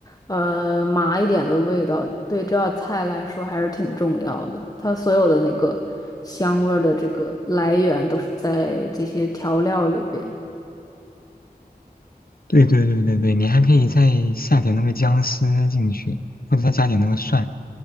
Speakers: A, on the left; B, on the left.
A: 呃，麻一点的味道，对这道菜来说还是挺重要的。它所有的那个香味儿的这个来源都是在这些调料里边。
B: 对对对对对，你还可以再下点那个姜丝进去，或者再加点那个蒜，